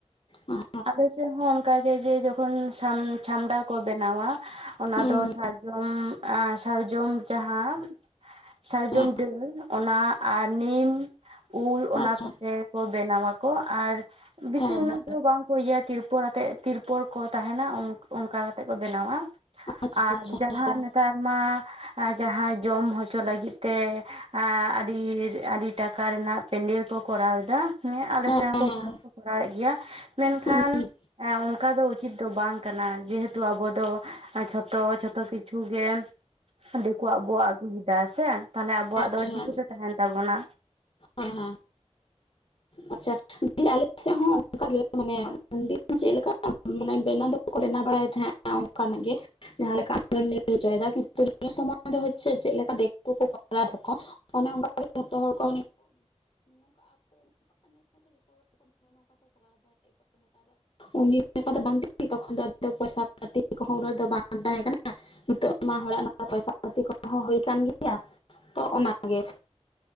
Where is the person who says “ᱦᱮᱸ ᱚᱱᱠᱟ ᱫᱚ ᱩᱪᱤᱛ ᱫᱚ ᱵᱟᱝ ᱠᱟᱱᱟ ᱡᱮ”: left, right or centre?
Right